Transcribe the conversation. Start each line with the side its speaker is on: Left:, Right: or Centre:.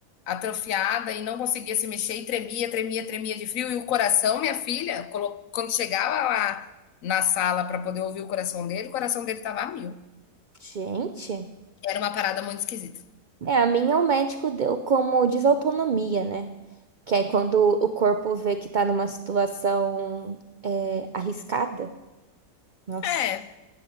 Left: atrofiada e não conseguia se mexer e tremia, tremia, tremia de frio. E o coração, minha filha, quando chegava lá na sala para poder ouvir o coração dele, o coração dele tava a mil.
Right: Gente.
Left: Era uma parada muito esquisita.
Right: É, a minha o médico deu como desautonomia, né? Que é quando o corpo vê que tá numa situação é, arriscada. Nossa,
Left: É,